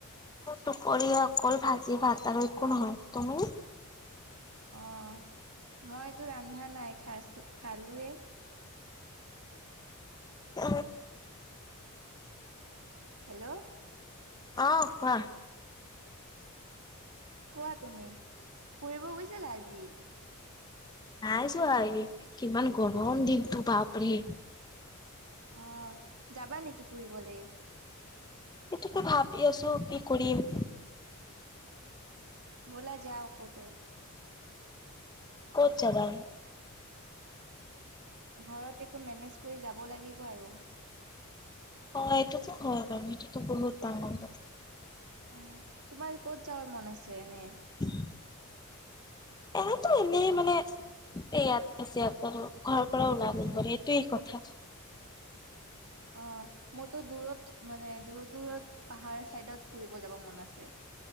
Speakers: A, on the left; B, on the right.
A: টুপৰি অকল ভাজি ভাত আৰু একো নহয় তুমি
B: অ মইতটো ৰন্ধা নাই খাই খালয়ে
A: উ
B: হেল্ল'
A: অহ কোৱা
B: কোৱা তুমি ফুৰিব গৈছিলা আজি
A: নাই যোৱা কিমান গৰম দিনতো বাপৰে
B: অহ যাবা নেকি ফুৰিবলে
A: সেইটোকে ভাবি আছো কি কৰিম
B: বলা যাও কতো
A: ক'ত যাবা
B: ঘৰত একো মেনেজ কৰি যাব লাগিব আৰু
A: অ এইটোতো হয় সেইটোতো বহুত ডাঙৰ কথা
B: অ তোমাৰ ক'ত যাবাৰ মন আছে এনে
A: <inaudible> এনেতো এনেই মানে এই ইয়াত <unintelligible> এইটোয়েই কথা।
B: <inaudible> অ মইতো দূৰত মানে দূৰ-দূৰত পাহাৰ চাইডত ফুৰিব যাব মন আছে। <inaudible>